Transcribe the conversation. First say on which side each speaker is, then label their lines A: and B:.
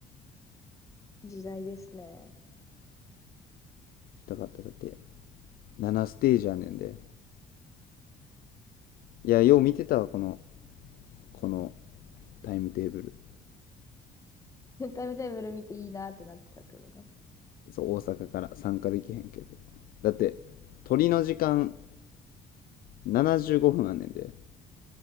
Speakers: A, on the left; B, on the left.
A: 時代ですね。
B: きたかった。だって、7ステージやねんで。いや、よう見てたわ、この、このタイムテーブル。
A: <laughs> タイムテーブル見ていいなってなってたってことね。
B: そう、大阪から参加できへんけど。だって、鳥の時間75分あんねんで。